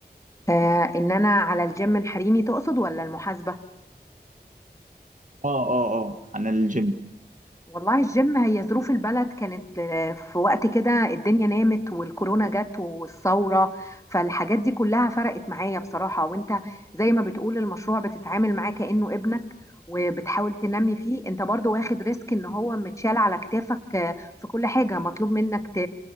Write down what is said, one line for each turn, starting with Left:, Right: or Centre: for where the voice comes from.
Left: آه، ان انا على الجيم الحريمي تقصد ولا المحاسبه
Right: اه اه اه عن الجيم
Left: والله الجيم هي ظروف البلد كانت آه، في وقت كده الدنيا نامت والكورونا جت والثورة فالحاجات دي كلها فرقت معايا بصراحة وانت زي ما بتقول المشروع بتتعامل معاه كأنه ابنك وبتحاول تنمي فيه انت برضو واخد ريسك ان هو متشال على كتافك آه، في كل حاجة مطلوب منك ت...